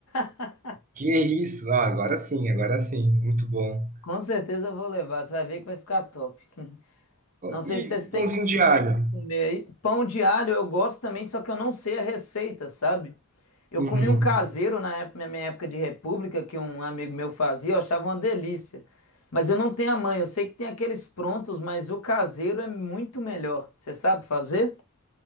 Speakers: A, on the left; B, on the right.
A: <laughs>
B: que isso? Ah, agora sim, agora sim, muito bom.
A: Com certeza eu vou levar. Você vai ver que vai ficar top.
B: Oh,
A: Não sei
B: E
A: se vocês têm
B: pãozinho
A: costume
B: de alho?
A: de comer aí. Pão de alho eu gosto também, só que eu não sei a receita, sabe? Eu
B: Uhum.
A: comi um caseiro na época- na minha época de república, que um amigo meu fazia, eu achava uma delícia. Mas eu não tenho a mãe, eu sei que tem aqueles prontos, mas o caseiro é muito melhor. Você sabe fazer?